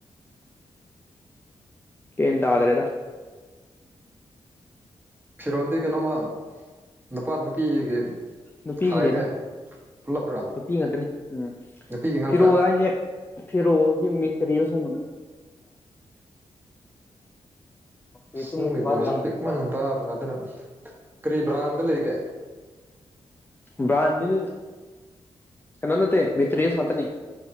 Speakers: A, on the left; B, on the right.
A: ꯀꯟ ꯇꯗꯔꯦꯗ
B: ꯐꯤꯔꯣꯟꯜꯗꯤ ꯀꯩꯅꯣꯃ ꯅꯨꯄꯥ ꯅꯨꯄꯤꯒꯤ
A: ꯅꯨꯄꯤꯒꯤꯅꯤꯗ
B: ꯈꯥꯏꯗꯦ ꯄꯨꯜꯂꯞ꯭ꯔꯥ
A: ꯅꯨꯄꯤ ꯉꯥꯛꯇꯅꯤ ꯎꯝ
B: ꯅꯨꯄꯤꯒꯤ ꯉꯥꯛꯇ
A: ꯐꯤꯔꯣꯜ ꯍꯥꯏꯁꯦ ꯐꯤꯔꯣꯜꯒꯤ ꯃꯦꯇꯔꯤꯌꯦꯜ ꯁꯨꯝꯒꯨꯃꯕꯅ
B: ꯑꯁ
A: ꯌꯦꯇꯨꯝ
B: ꯅꯪꯒꯤ
A: ꯒꯨꯝꯕ
B: ꯕꯣꯔꯁꯦ
A: ꯂꯪꯒꯨꯝꯕ
B: ꯄꯤꯛꯃꯟ ꯍꯟꯇꯥ ꯑꯗꯨꯅ ꯀꯔꯤ ꯕ꯭ꯔꯥꯟꯗ ꯂꯩꯒꯦ
A: ꯥꯚꯔꯥꯟꯒꯤꯅꯤꯅ ꯀꯩ ꯅꯣ ꯅꯠꯇ ꯃꯤꯇ꯭ꯔꯦꯁ ꯉꯥꯛꯇꯅꯤ